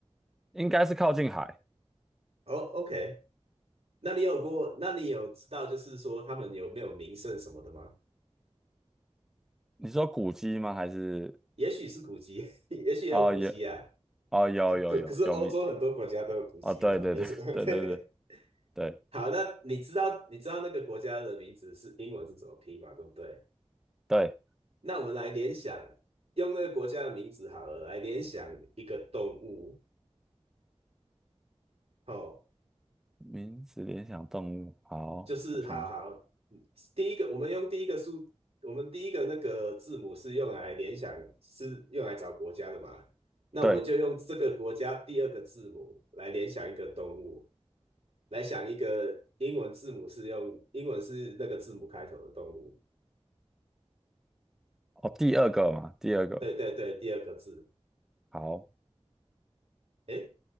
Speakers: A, in the centre; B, on the right.
A: 应该是靠近海。
B: 哦，OK，那你有过？那你有知道就是说他们有没有名胜什么的吗？
A: 你说古迹吗？还是
B: 也许是古迹，<laughs> 也许也有古迹啊。
A: 哦，有，哦，有，
B: 可可是欧洲很多国家都有古迹嘛，
A: 有，有，有名，哦，对，对，
B: 没什么。
A: 对 <laughs>，对，
B: <laughs> 对，
A: 对，对，对，
B: 好，那你知道你知道那个国家的名字是英文是怎么拼嘛？对不对？
A: 对，
B: 那我们来联想，用那个国家的名字好了，来联想一个动物。哦，
A: 名字联想动物，好，
B: 就是好好，
A: 我想一下，
B: 嗯第一个我们用第一个数，我们第一个那个字母是用来联想，是用来找国家的嘛？那我们就用这个国家第二个字母来联想一个动物，
A: 对，
B: 来想一个英文字母是用英文是那个字母开头的动物。
A: 哦，第二个嘛，第二个，
B: 对对对，第二个字。
A: 好，
B: 诶，